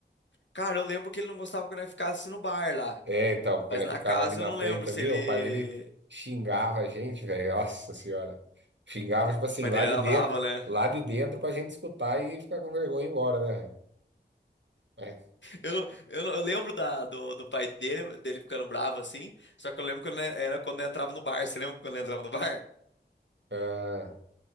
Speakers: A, on the left; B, on the right.
A: Cara, eu lembro que ele não gostava quando eu ficava assim no bar lá.
B: É, então, porque
A: Mas
B: ele
A: na
B: ficava
A: casa
B: ali na
A: eu não
B: frente
A: lembro se
B: ali,
A: ele.
B: o pai dele xingava a gente, velho. Nossa senhora. Xingava, tipo assim,
A: O pai
B: lá
A: dele
B: de
A: era
B: dentro,
A: brava, né?
B: lá de dentro pra gente escutar e ficar com vergonha e ir embora, né, velho? É,
A: Eu, não- eu, não- eu lembro da, do, do pai dele, dele ficando bravo assim, só que eu lembro quando é, era quando eu entrava no bar. Você lembra quando eu entrava no bar?
B: ah,